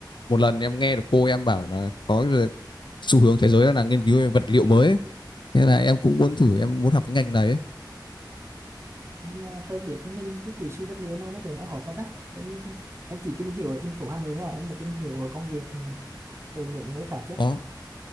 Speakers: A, on the left (about 80°); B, on the right (about 35°).
A: một lần em nghe được cô em bảo là có xu hướng thế giới là nghiên cứu về vật liệu mới ấy. thế là em cũng muốn thử em muốn học cái ngành này ấy.
B: nhưng mà sao biết thế nên cái kỹ sư vật liệu này nó cũng đã hỏi phát á em em chỉ tìm hiểu ở thành phố Hà Nội thôi à em đã tìm hiểu ở công việc ở những nơi khác chứ
A: có